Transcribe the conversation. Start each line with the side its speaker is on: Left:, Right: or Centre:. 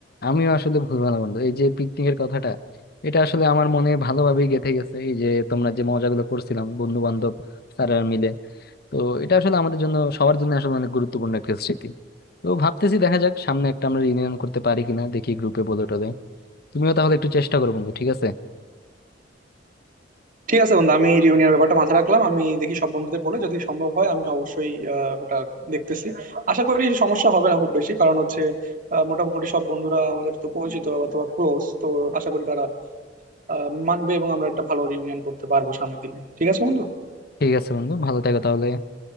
Left: আমিও আসলে ভুলবো না বন্ধু এই যে পিকনিকের কথাটা এটা আসলে আমার মনে ভালোভাবেই গেঁথে গেছে এই যে তোমরা যে মজাগুলো করছিলাম বন্ধু বান্ধব স্যাররা মিলে তো এটা আসলে আমাদের জন্য সবার জন্য আসলে অনেক গুরুত্বপূর্ণ একটা স্মৃতি তো ভাবতেছি দেখা যাক সামনে একটা আমরা রিউনিয়ন করতে পারি কিনা দেখি গ্রুপে বলে টলে তুমিও তাহলে একটু চেষ্টা করো বন্ধু ঠিক আছে
Right: ঠিক আছে বন্ধু আমি রিউনিয়নের ব্যাপারটা মাথায় রাখলাম আমি দেখি সব বন্ধুদের বলে যদি সম্ভব হয় আমি অবশ্যই আহ, ওটা দেখতেছি আশা করি সমস্যা হবে না খুব বেশি কারণ হচ্ছে আহ, মোটামুটি সব বন্ধুরা আমাদের তো পরিচিত অথবা ক্লোজ তো আশা করি তারা আহ, মানবে এবং আমরা একটা ভালো রিউনিয়ন করতে পারবো সামনের দিকে ঠিক আছে বন্ধু
Left: ঠিক আছে বন্ধু ভালো থেকো তাহলে